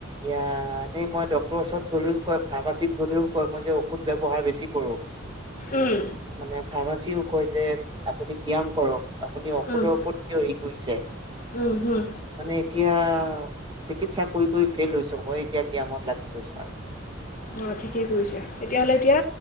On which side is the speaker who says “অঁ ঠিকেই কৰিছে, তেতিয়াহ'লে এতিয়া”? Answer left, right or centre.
Left